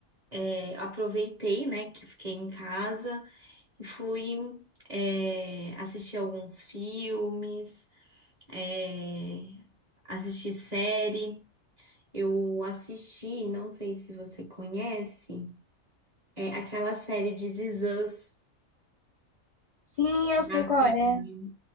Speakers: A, on the right; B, on the left.
A: é, aproveitei, né, que eu fiquei em casa e fui é, assistir alguns filmes, é, assistir série. Eu assisti, não sei se você conhece, é aquela série de This Is Us
B: Sim, eu
A: da
B: sei qual
A: Prime.
B: é.